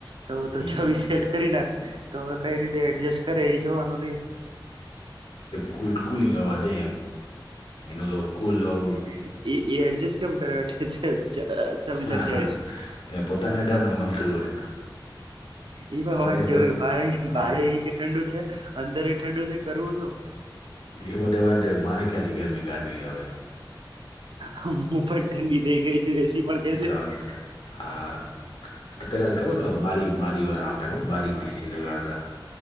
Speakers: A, on the right; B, on the left.
A: તો-તો
B: હમ
A: છવ્વીસ
B: હમ
A: સેટ કરી નાખ. તો હવે કંઈ રીતે એડજસ્ટ કરે ઈ જોવાનું રેઈ.
B: કૂલ કૂલિંગ હવા દે એમ. એનું તો કૂલ આવું
A: ઈ-ઈ એડજસ્ટ કેમ કરે <unintelligible>
B: હા,
A: અઠ્યાવીસ
B: હા. એ પોતાના <unintelligible> મલતું હોય.
A: ઈ પણ વાટ
B: એને
A: જોવે.
B: પો
A: ભારે-ભારે
B: હા
A: ઈ કહે ઠંડુ છે. અંદર એઈ ઠંડુ છે. કરવું શું?
B: ઈ બધે વાટ જોવે કે મારે ક્યાંથી ગરમી કાઢવી હવે.
A: હું પણ ઠંડી થઇ ગઈ છું, એ સી પણ કહેશે.
B: તો
A: <inaudible>
B: હા તો પેલા તો ખબર બારી બારી વાર આવતા કે બારીમાં એસી લગાડવાના.